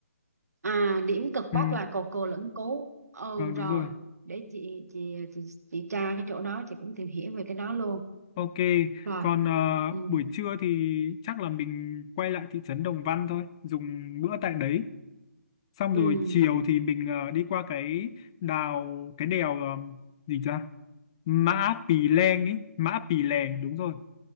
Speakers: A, on the right; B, on the left.
A: À, điểm cực
B: ừ,
A: bắc là cột cờ lẫn cú. Ừ
B: vâng
A: rồi,
B: đúng rồi
A: để chị chị chị, chị tra cái chỗ đó chị cũng tìm hiểu về cái đó luôn.
B: ok
A: Rồi.
B: còn ờ,
A: Ừ.
B: buổi trưa thì chắc là mình quay lại thị trấn Đồng Văn thôi dùng bữa tại đấy xong
A: Ừ.
B: rồi chiều thì mình ờ, đi qua cái đào cái đèo ờ, gì ta Mã Pì Lèng ấy Mã Pì Lèng đúng rồi